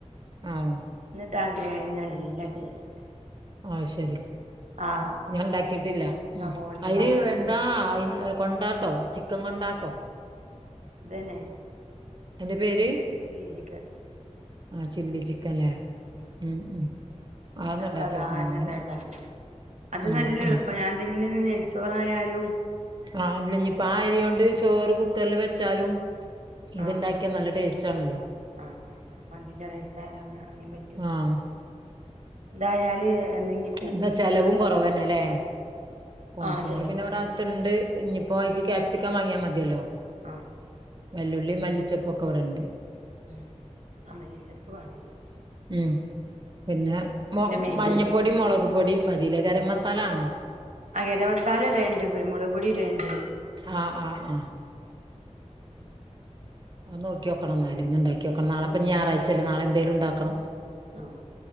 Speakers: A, on the right (about 40°); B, on the right (about 85°).
A: ആഹ്
B: ന്ന്ട്ടാ ഗ്രേവി നല്ല ടേസ്റ്റ്
A: അഹ് ശെരി
B: ആ
A: ഞാൻ ഇണ്ടാക്കിട്ടില്ല
B: സവോളയും
A: ഉം അയ്ന്
B: ആ ചിക്കനും
A: എന്താ അയ്ന് കൊണ്ടാട്ടോ ചിക്കെൻകൊണ്ടാട്ടോ?
B: ഇതെന്നേ
A: അയ്‌ന്റെപേര്
B: ഫില്ലിജ്ക്കെ
A: ആഹ് ചില്ലിചിക്കെൻലേ
B: <unintelligible>
A: ഉം ഉം
B: ഞാന്
A: ഉണ്ടാക്കി
B: സാധാണത
A: നോക്കണം എന്നാല്
B: ഇണ്ടാക്കല് അത്
A: ആഹ്
B: ന്നല്ലേ
A: ആഹ്
B: എളുപ്പഞാൻ മിന്നേന്ന് ന്നെയ്ച്ചോറായാലും.
A: ആഹ് അല്ലഞ്ഞിപ്പോ ആ അരിയോണ്ട് ചോറ്കുക്കറിൽ വെച്ചാലും ഇത്ണ്ടാക്കിയന്നല്ലേ
B: ആ
A: ടെസ്റ്റ്‌ആണല്ലോ.
B: ആഹ്, അഹ് അഹ് മന്തിന്റെറെയ്സായാലും അങ്ങ അങ്ങനിം പറ്റും.
A: ആഹ്
B: ഇതാല് എന്നെങ്കി
A: എന്താ ചെലെവും കൊറെവെന്നെലേ. കോൺഫ്ലോവർ
B: ആഹ് ചെലവും
A: പിന്നെഇവടെ അകത്തുണ്ട് ഇഞ്ഞിപ്പോ ആയ്ക്ക് ക്യാപ്സിക്കം വാങ്ങിയാമതിയല്ലോ?
B: അഹ്
A: വല്ലുള്ളി മല്ലിചൊപ്പൊക്കെഇവടണ്ട്.
B: ഉം ആഹ് മല്ലിചപ്പ് വാണയ്ക്ക്.
A: ഉം പിന്നെ മോ
B: മെയിനാണ്
A: മഞ്ഞപ്പൊടിം മൊളക് പൊടിയമതിലെ ഗരംമസാവാണോ?
B: ആഹ് ഗരംമസാലയിടെണ്ട് കുരുമുളക് പൊടിയിടെണ്ട്.
A: ആഹ് ആഹ് ആഹ് അനോക്കിയോക്കണംന്നാലും ഒന്ന് ഇണ്ടാക്കിയോക്കണം ന്നാളെപ്പെഞ്ഞി ഞായറാഴ്ചല്ലേ നാളെന്തായാലും ഇണ്ടാക്കണം.
B: ആഹ്